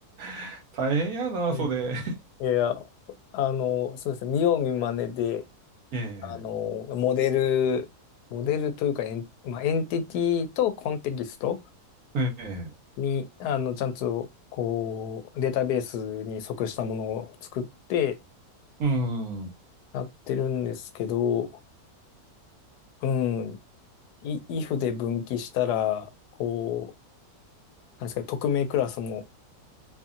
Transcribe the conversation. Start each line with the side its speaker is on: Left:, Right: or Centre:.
Right: <laughs> 大変やな、
Left: えー
Right: それ。
Left: いや、あの、そうですね。見よう見まねで、
Right: <laughs> え
Left: あの、モデル、モデルというかエン、まあ、エンティティとコンテキスト
Right: え、ええ、
Left: に、あの、ちゃんと、こう、データベースに即したものを作って
Right: うん、は
Left: やってるんですけど、うん、い if で分岐したら、こう、なんですか、匿名クラスも